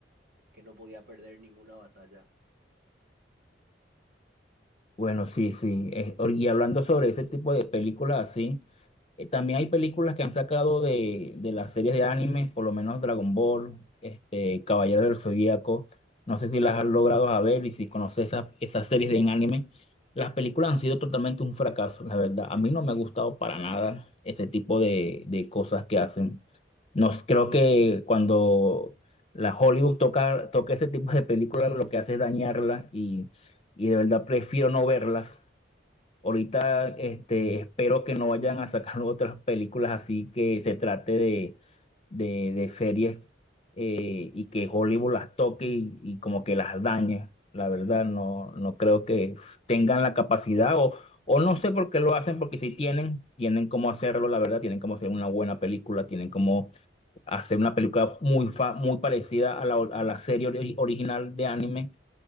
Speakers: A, on the right; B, on the left.
A: que no podía perder ninguna batalla.
B: Bueno, sí, sí. Es- y hablando sobre ese tipo de películas así, eh, también hay películas que han sacado de, de las series de anime, por lo menos Dragon Ball, este, Caballero del Zodíaco. No sé si las has logrado a ver y si conoces esas, esas series de anime. Las películas han sido totalmente un fracaso, la verdad. A mí no me ha gustado para nada ese tipo de, de cosas que hacen. Nos, creo que cuando la Hollywood toca, toca ese tipo de películas, lo que hace es dañarla y de verdad prefiero no verlas. Ahorita este, espero que no vayan a sacar <laughs> otras películas así que se trate de, de, de series eh, y que Hollywood las toque y, y como que las dañe. La verdad, no, no creo que tengan la capacidad o, o no sé por qué lo hacen, porque si tienen, tienen cómo hacerlo, la verdad, tienen cómo hacer una buena película, tienen cómo hacer una película muy, fa- muy parecida a la, a la serie ori- original de anime